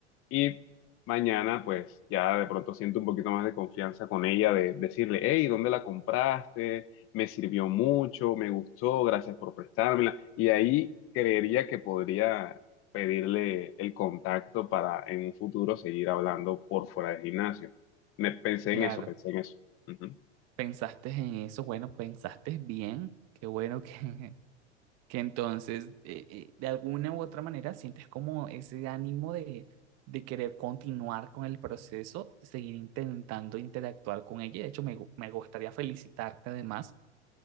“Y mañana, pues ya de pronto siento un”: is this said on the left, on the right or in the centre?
Left